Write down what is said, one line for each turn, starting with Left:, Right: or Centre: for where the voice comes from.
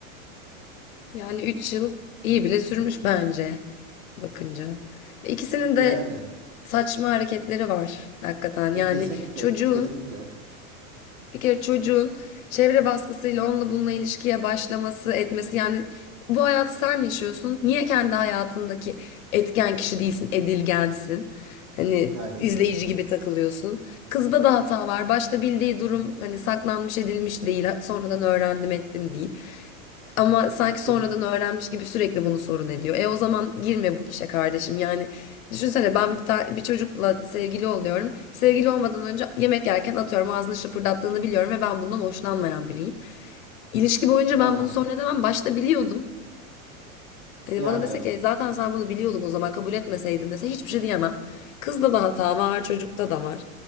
Left: Yani üç yıl iyi bile sürmüş bence bakınca. İkisinin de
Right: Yani
Left: saçma hareketleri var hakikaten.
Right: e,
Left: Yani
Right: kesinlikle
Left: çocuğun
Right: kesinlikle
Left: bir kere çocuğun çevre baskısıyla onunla bununla ilişkiye başlaması, etmesi yani bu hayatı sen yaşıyorsun. Niye kendi hayatındaki etken kişi değilsin, edilgensin? Hani
Right: aynen
Left: izleyici
Right: öyle.
Left: gibi takılıyorsun. Kızda da hata var. Başta bildiği durum hani saklanmış edilmiş değil. Sonradan öğrendim ettim değil. Ama sanki
Right: Kes-
Left: sonradan öğrenmiş gibi sürekli bunu sorun ediyor. E o zaman girme bu işe kardeşim. Yani Düşünsene ben bir, ta- bir çocukla sevgili oluyorum. Sevgili olmadan önce yemek yerken atıyorum ağzını şıpırdattığını biliyorum ve ben bundan hoşlanmayan biriyim. İlişki boyunca
Right: Ha
Left: ben bunu
Right: ha.
Left: sonra demem. Başta biliyordum. E,
Right: Yani
Left: bana dese
Right: evet.
Left: ki "E, zaten sen bunu biliyordun o zaman kabul etmeseydin dese hiçbir şey diyemem. Kızda da hata var, çocukta da var.